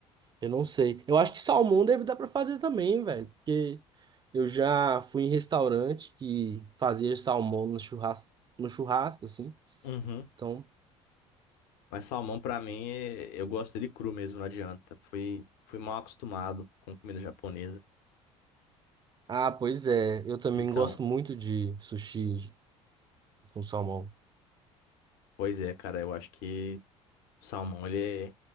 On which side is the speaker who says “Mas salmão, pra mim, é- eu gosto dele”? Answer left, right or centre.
Left